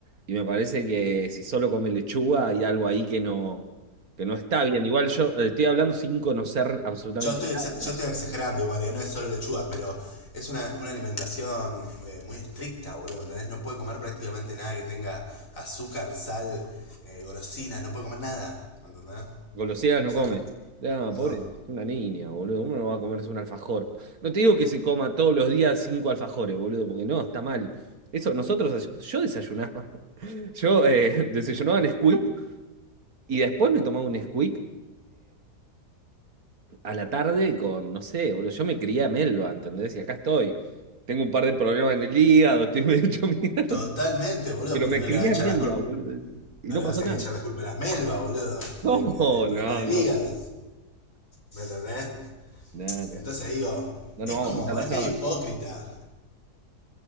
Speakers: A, on the right (about 60°); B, on the left (about 50°).
A: y me parece que si solo come lechuga hay algo ahí que no, que no está bien. Igual yo eh, estoy hablando sin conocer absolutamente
B: Yo estoy, exa-
A: nada.
B: yo estoy exagerando igual, ¿eh? no es solo lechuga, pero es una, una alimentación eh, muy estricta, boludo, ¿me ¿entendés? No puede comer prácticamente nada que tenga azúcar, sal, eh, golosinas, no puede comer nada, ¿me entendés?
A: Golosinas no
B: O sea,
A: come. Ah,
B: no.
A: pobre, es una niña, boludo. ¿Cómo no va a comerse un alfajor? No te digo que se coma todos los días cinco alfajores, boludo, porque no, está mal. Eso, nosotros, desay- yo desayunaba. <laughs> Yo eh, <laughs> desayunaba en Squeak y después me tomaba un Squeak a la tarde con, no sé, boludo, yo me crié a Melba, ¿entendés? Y acá estoy. Tengo un par de problemas en el hígado, estoy <laughs> medio hecho mierda,
B: Totalmente, boludo,
A: pero
B: pero
A: me
B: no
A: crié
B: le va a echar
A: a Melba,
B: la culpa,
A: boludo, y
B: no
A: no
B: le
A: pasó
B: vas a
A: nada.
B: echar
A: <laughs>
B: la culpa a las melvas, boludo,
A: No,
B: de- del problema
A: no,
B: del
A: no,
B: hígado, ¿me entendés?
A: no, no,
B: Entonces digo,
A: no,
B: es
A: no vamos
B: como,
A: a pisar la
B: es
A: sábana.
B: medio hipócrita,